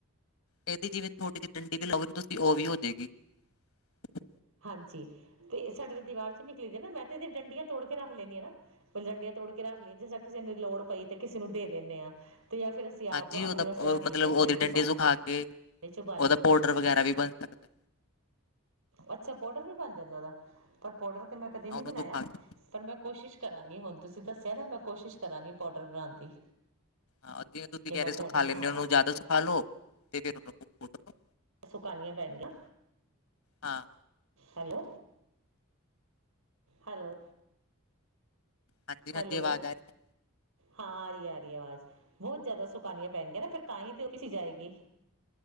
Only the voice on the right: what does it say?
ਹਾਂਜੀ ਤੇ ਸਾਡੇ ਦੀਵਾਰ ਚ ਨਿਕਲੀ ਦੀ ਨਾ ਮੈਂ ਤੇ ਇਹਦੀ ਡੰਡੀ ਤੋੜ ਕੇ ਰੱਖ ਲੈਦੀ ਆ ਨਾ ਪਹਿਲੇ ਡੰਡੀਆਂ ਤੋੜ ਕੇ ਰੱਖ ਲੀ ਜੇ ਕਰ ਕਿਸੇ ਨੂੰ ਲੋੜ ਪਈ ਤੇ ਕਿਸੇ ਨੂੰ ਦੇ ਦਿੰਨੇ ਆ। ਤੇ ਜਾਂ ਫਿਰ ਅਸੀਂ
ਆਪ
ਆਪਣੇ ਵਾਸਤੇ
ਰੱਖ
ਲੈਂਦੇ ਹਾਂ
ਇੱਕ ਡੰਡੀ
ਪਾਣੀ
'ਚ ਉਬਾਲੀ
ਅੱਛਾ ਪਾਊਡਰ ਵੀ ਬਣ ਜਾਂਦਾ ਉਹਦਾ ਪਰ ਪਾਊਡਰ ਪਰ ਮੈਂ ਕਦੀ ਨਹੀਂ
ਬਣਾਇਆ
ਪਰ ਮੈਂ ਕੋਸ਼ਿਸ਼ ਕਰਾਂਗੇ ਤੁਸੀਂ ਦੱਸਿਆ ਨਾ ਮੈਂ ਕੋਸ਼ਿਸ਼ ਕਰਾਂਗੀ ਪਾਊਡਰ ਬਣਾਉਣ ਦੀ।
ਕਿ
ਮੈਂ
ਪਾਊਡਰ ਬਣਾਵਾਂ
ਸੁਖਾਨੀ ਆ ਮੈਂ ਕਿਹਾ
ਹੈਲੋ। ਹੈਲੋ।
ਹੈਲੋ
ਹਾਂ ਆ ਰੀ ਆ ਆਵਾਜ਼ ਬਹੁਤ ਜ਼ਿਆਦਾ ਸੁਕਾਨੀਆਂ ਪੈਣਗੀਆਂ ਨਾ ਫਿਰ ਤਾਂ ਹੀ ਤੇ ਉਹ ਪੀਸੀ ਜਾਏਗੀ।